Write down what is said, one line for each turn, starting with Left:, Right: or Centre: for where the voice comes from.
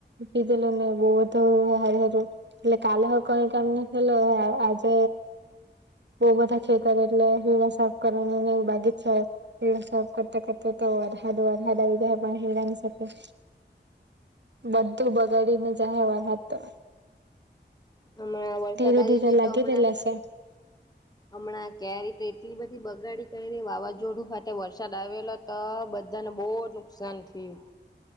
Right: કીધું લને બહુ જ તો હલો, એટલે કાલે હલો કઈ કામ આજે. બહુ બંધા ખેતર, એટલે હીડા સાફ કરવાને બાગી જ હીડા સાફ કરતા કરતા. વરસાદ આવી જે, પણ હીરાની સાથે બધું બગાડીને, જા હે વરસાદ. તો
Left: હમણાં વરસાદ
Right: ધીરે
Left: આવી
Right: ધીરે
Left: ગયો,
Right: લાગી
Left: તો હમણાં
Right: રહેલા છે
Left: હમણાં કેરી તો એટલી બધી બગાડી કરી, વાવાઝોડું સાથે વરસાદ આવેલો તો બધાને બહુ નુકસાન થયું.